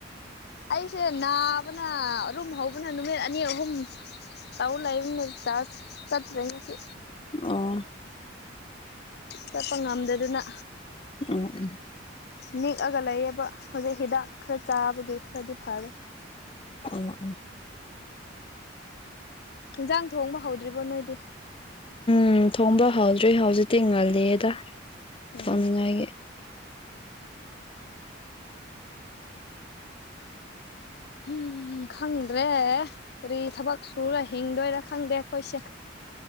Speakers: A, on the left; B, on the left.
A: ꯑꯩꯁꯦ ꯅꯥꯕꯅ ꯑꯔꯨꯝ ꯍꯧꯕꯅ ꯅꯨꯃꯤꯠ ꯑꯅꯤ ꯑꯍꯨꯝ ꯇꯧ ꯂꯩꯥꯔꯝꯕꯅꯤ ꯆꯥꯔꯁ ꯆꯠꯇ꯭ꯔꯦ ꯉꯁꯤ
B: ꯑꯣ
A: ꯆꯠꯄ ꯉꯝꯗꯗꯅ
B: ꯎꯝ ꯎꯝ
A: ꯅꯤꯛꯑꯒ ꯂꯩꯌꯦꯕ ꯍꯧꯖꯤꯛ ꯍꯤꯗꯥꯛ ꯈꯔ ꯆꯥꯕꯒꯤ ꯈꯔꯗꯤ ꯐꯔꯦ
B: ꯎꯝ ꯎꯝ
A: ꯏꯟꯖꯥꯡ ꯊꯣꯡꯕ ꯍꯧꯗ꯭ꯔꯤꯕꯣ ꯅꯣꯏꯗꯤ
B: ꯎꯝ ꯊꯣꯡꯕ ꯍꯧꯗ꯭ꯔꯤ ꯍꯧꯖꯤꯛꯇꯤ ꯉꯜꯂꯤꯌꯦꯗ
A: ꯎꯝ
B: ꯊꯣꯡꯅꯤꯡꯉꯥꯏꯒꯤ
A: ꯍꯨꯝ ꯈꯪꯗ꯭ꯔꯦ ꯀꯔꯤ ꯊꯕꯛ ꯁꯨꯔ ꯍꯤꯡꯗꯣꯏꯔ ꯈꯪꯗꯦ ꯑꯈꯣꯏꯁꯦ